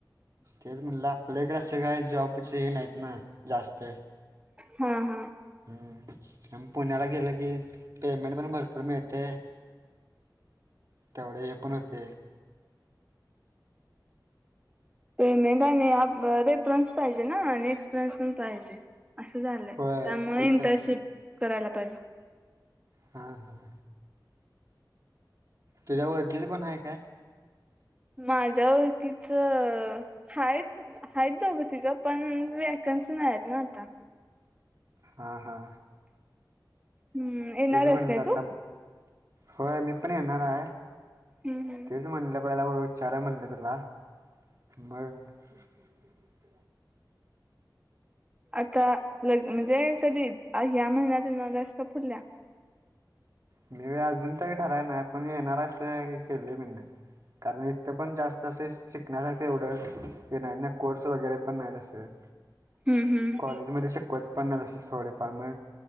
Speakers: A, on the right (about 45°); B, on the right (about 15°).
A: तेच म्हणला आपल्या इकडं आस काय जॉबचे हे नाहीत ना जास्त.
B: हां हां.
A: हम्म आणि पुण्याला गेलं की पेमेंट पण भरपूर मिळतय. तेवढ हे पण होतय.
B: पेमेंट आणि आप रेफरेन्स पाहिजे ना आणि एक्सपिरीयन्स पण पाहिजे. असं झालंय, त्यामुळे
A: होय ते
B: इंटर्नशिप
A: तर आहे
B: करायला पाहिजे.
A: हां हां. तुझ्या ओळखीच कोण हाय काय?
B: माझ्या ओळखीचं हायत हाय त दोघं तिघ पण वॅकन्सी नाही आहेत ना आता.
A: हा हा.
B: हम्म. येणार
A: तेच म्हणलं
B: आहेस काय
A: आता
B: तू?
A: होय मी पण येणार हाय
B: हम् हम्.
A: तेच म्हणलं पहिला विचारुया म्हणल तुला, मग <inaudible>
B: आता लग म्हणजे कधी ह्या महिन्यात येणार आहेस का पुढल्या?
A: मी वय अजून तरी ठराय नाय पण येणार हाय अस हे केलय मी न. कारण इथं पण जास्त असं शिकण्यासाठी एवढं हे नाहीत ना कोर्स वगैरे पण नाही असं. <inaudible>
B: हम्म हम्.
A: कॉलेज मध्ये शिकवत पण नाही असं थोडेफार म